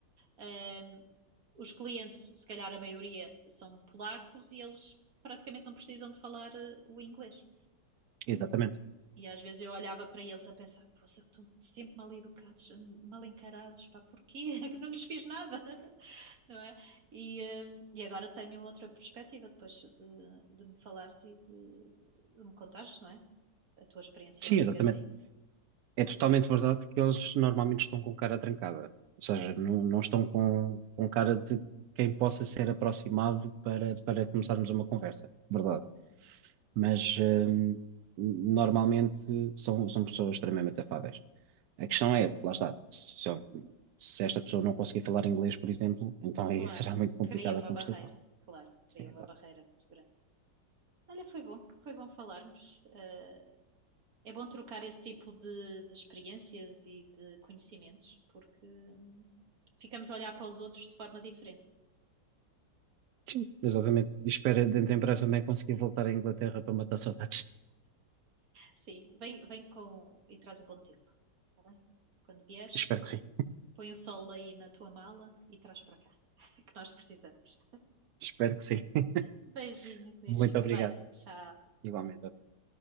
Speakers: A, on the right; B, on the right.
A: ahm, os clientes, se calhar a maioria, são polacos e eles praticamente não precisam de falar eh, o inglês.
B: Exatamente.
A: E às vezes eu olhava para eles a pensar, poxa, estão sempre mal educados, mal encarados, pá, porquê? <laughs> Que não lhes fiz nada, <laughs> não é? E, eh, e agora tenho outra perspectiva depois de, de me falares e de, de me contares, não é? A tua experiência
B: Sim,
A: a viveres
B: exatamente.
A: aí.
B: É totalmente verdade que eles normalmente estão com cara trancada, ou seja, não, não estão com, com cara de quem possa ser aproximado para, para começarmos uma conversa, verdade. Mas hum, normalmente são, são pessoas extremamente afáveis. A questão é, lá está, se, eu- se esta pessoa não conseguir falar inglês, por exemplo, então aí
A: Claro,
B: <laughs> será muito complicada
A: cria uma
B: a conversação.
A: barreira, claro,
B: Sim,
A: cria uma
B: exato.
A: barreira muito grande. Olha, foi bom, foi bom falarmos. eh, É bom trocar esse tipo de, de experiências e de conhecimentos, porque hum, ficamos a olhar para os outros de forma diferente.
B: Sim, exatamente. E Espero dentro em breve também conseguir voltar à Inglaterra para matar saudades.
A: Sim, vem, vem com e traz o bom tempo, está bem? Quando
B: <laughs>
A: vieres,
B: Espero que sim.
A: põe o sol aí na tua mala e traz para cá, <laughs> que nós precisamos.
B: Espero que sim.
A: Beijinho,
B: <laughs>
A: Luís,
B: Muito
A: fica
B: obrigado.
A: bem. Tchau.
B: Igualmente.